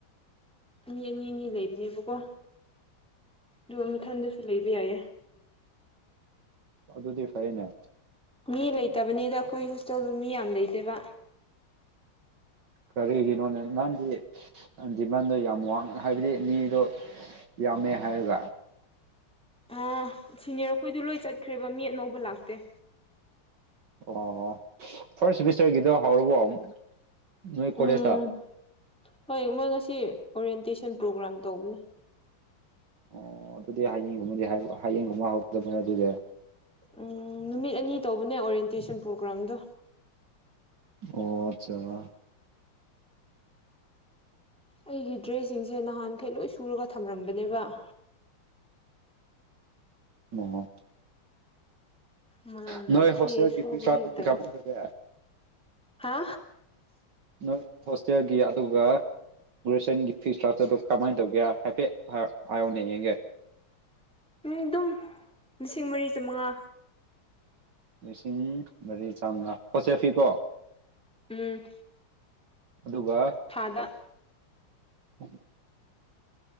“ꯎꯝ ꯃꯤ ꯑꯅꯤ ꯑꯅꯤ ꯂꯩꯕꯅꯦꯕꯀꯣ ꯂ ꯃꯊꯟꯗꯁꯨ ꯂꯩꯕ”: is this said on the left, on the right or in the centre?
Centre